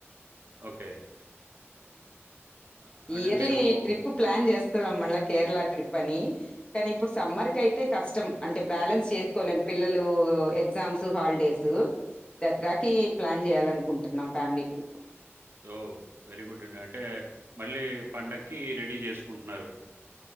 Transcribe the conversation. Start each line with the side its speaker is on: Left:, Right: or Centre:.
Right: ఓకే. హ్మ్. ఆహ్, అంటే
Left: ఇయర్లీ
Right: మీరు ఒక
Left: ట్రిప్ ప్లాన్ చేస్తున్నాం మళ్ళ కేరళ ట్రిప్ అని కానీ అప్పుడు సమ్మర్ క అయితే కష్టం అంటే బ్యాలెన్స్ చేసుకోలేము పిల్లలు ఎగ్జామ్స్ హాలిడేస్ దసరాకి ప్లాన్ చేయాలనుకుంటున్నాం ఫ్యామిలీ ట్రిప్
Right: ఓ వెరీ గుడ్ అండి అంటే మళ్ళీ పండగ కి రెడీ చేసుకుంటున్నారు